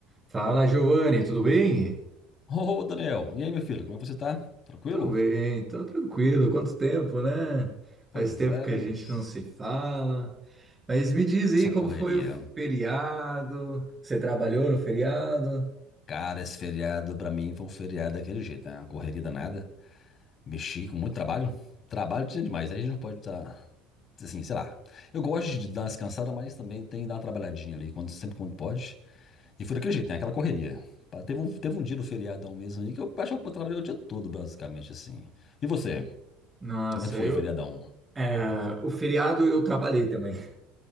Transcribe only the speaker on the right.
Fala, Giovanni, tudo bem?
Tô bem, tô tranquilo. Quanto tempo, né? Faz
tempo
que a gente
não se fala. Mas me diz aí
como
foi o feriado? Você trabalhou no feriado?
Nossa,
eu.
é, o feriado eu trabalhei também. <laughs>